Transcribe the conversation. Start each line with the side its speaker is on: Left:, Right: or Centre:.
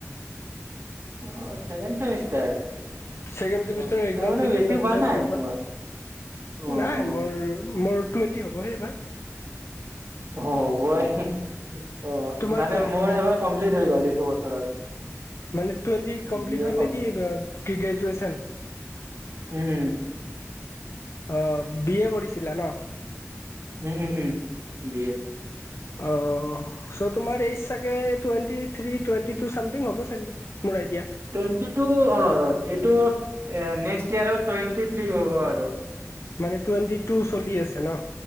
Right: অহ চেকেণ্ড চেমিষ্টাৰ
Left: ছেকেণ্ড চেমিষ্টাৰৰ
Right: অ
Left: এক্সাম
Right: তাৰ মানে
Left: দিলো
Right: বেছি
Left: তাৰপিছত
Right: হোৱা নাই
Left: এইবাৰ
Right: আহ তোমাৰ। অ',
Left: নাই
Right: অ'।
Left: মোৰ মোৰ টুৱেণ্টি হ'বহে এইবাৰ।
Right: অ হবই অ
Left: তোমাৰ
Right: মানে
Left: কিমান
Right: মোৰ এইবাৰ কমপ্লিট হৈ গ'ল এইটো বছৰত।
Left: মানে টুৱেণ্টি কমপ্লিট
Right: বি এ
Left: হ'ল নেকি গ্ৰেজুৱেচন।
Right: উম উম
Left: অ বি এ কৰিছিলা ন?
Right: উম উম উম বি এ।
Left: অহ চো' তোমাৰ এইজ চাগে twenty three twenty two something হ'ব চাগে। মোৰ আইদিয়া
Right: টুৱেন্টি টু অ এইটো নেক্সট ইয়াৰত টুৱেণ্টি থ্ৰী হ'ব আৰু
Left: মানে টুৱেণ্টি টু চলি আছে ন।